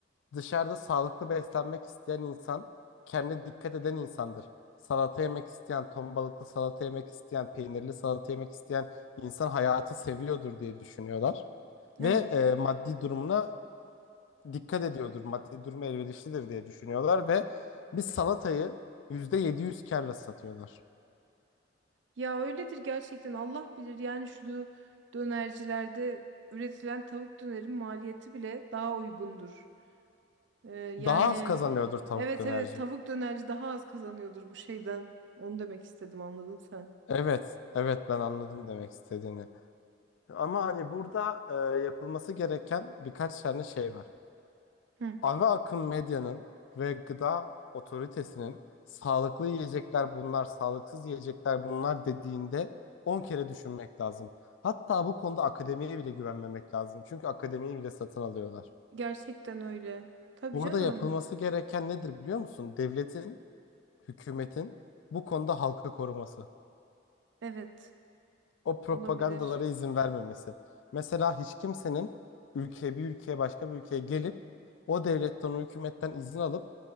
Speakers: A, on the left; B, on the right.
A: dışarıda sağlıklı beslenmek isteyen insan kendine dikkat eden insandır. Salata yemek isteyen, ton balıklı salata yemek isteyen, peynirli salata yemek isteyen insan hayatı seviyordur diye düşünüyorlar.
B: Evet.
A: Ve e, maddi durumuna dikkat ediyordur. Maddi durumu elverişlidir diye düşünüyorlar ve bir salatayı %700 kârla satıyorlar.
B: Ya öyledir gerçekten. Allah bilir yani şu dönercilerde üretilen tavuk dönerin maliyeti bile daha uygundur. E, yani
A: Daha az kazanıyordur tavuk
B: evet
A: dönerci.
B: evet tavuk dönerci daha az kazanıyordur bu şeyden. Onu demek istedim anladın sen.
A: Evet, evet ben anladım demek istediğini. Ama hani burada e, yapılması gereken birkaç tane şey var.
B: Hı.
A: Ana akım medyanın ve gıda otoritesinin sağlıklı yiyecekler bunlar, sağlıksız yiyecekler bunlar dediğinde 10 kere düşünmek lazım. Hatta bu konuda akademiye bile güvenmemek lazım. Çünkü akademiyi bile satın alıyorlar.
B: Gerçekten öyle. Tabii
A: Burada
B: canım.
A: yapılması gereken nedir biliyor musun? Devletin, hükümetin bu konuda halkı koruması.
B: Evet,
A: o propagandalara
B: olabilir.
A: izin vermemesi. Mesela hiç kimsenin ülkeye bir ülkeye başka bir ülkeye gelip o devletten o hükümetten izin alıp